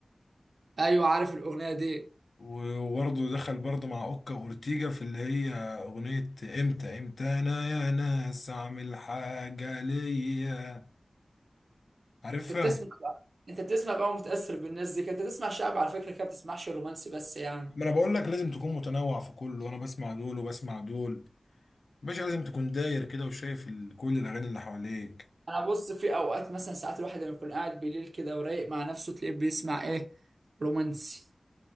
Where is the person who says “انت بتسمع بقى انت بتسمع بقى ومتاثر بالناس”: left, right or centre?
Right